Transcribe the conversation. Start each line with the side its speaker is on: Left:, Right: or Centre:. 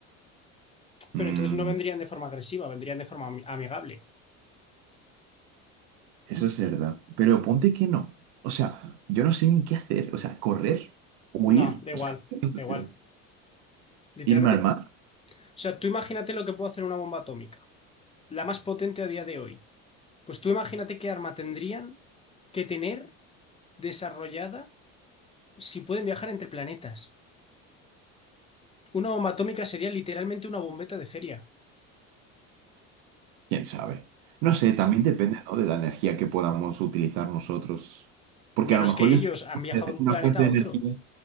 Left: Pero
Right: Mm,
Left: entonces no vendrían de forma agresiva, vendrían de forma ami- amigable.
Right: eso es verdad. Pero ponte que no. O sea, yo no sé ni qué hacer. O sea, correr, huir,
Left: No, da igual,
Right: o sea, <laughs>
Left: da igual. Literalmente,
Right: irme al mar,
Left: o sea, tú imagínate lo que puede hacer una bomba atómica, la más potente a día de hoy. Pues tú imagínate qué arma tendrían que tener desarrollada si pueden viajar entre planetas. Una bomba atómica sería literalmente una bombeta de feria,
Right: quién sabe. No sé, también depende, ¿no? de la energía que podamos utilizar nosotros. Porque
Left: menos
Right: a lo mejor
Left: que
Right: yo
Left: ellos
Right: estoy
Left: han
Right: <laughs>
Left: viajado
Right: en
Left: de
Right: una
Left: un planeta
Right: fuente
Left: a
Right: de
Left: otro.
Right: energía.